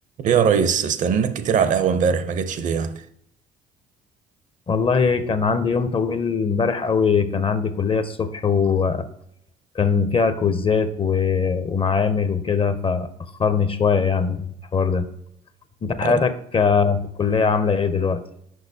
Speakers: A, on the right (about 50°); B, on the left (about 30°).
A: ايه يا ريس استناك كتير على القهوة امبارح ما جتش ليه يعني
B: والله كان عندي يوم طويل امبارح قوي كان عندي كلية الصبح وكان فيها كويزات و... ومعامل وكده فأخرني شوية يعني الحوار ده انت حياتك
A: أه،
B: آه، في الكلية عاملة ايه دلوقتي؟